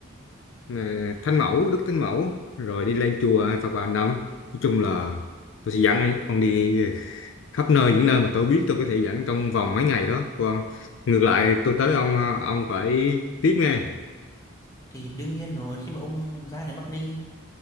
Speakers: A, on the left; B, on the left.
A: ờ, ờ, Thánh Mẫu Đức Thánh Mẫu rồi đi lên chùa Phật Bà Nằm nói chung là tôi sẽ dẫn ông đi khắp nơi những nơi mà tôi biết tôi có thể dẫn trong vòng mấy ngày đó còn ngược lại tôi tới ông ờ, ông phải tiếp nghe
B: Thì đương nhiên rồi, khi mà ông ra đến Bắc Ninh,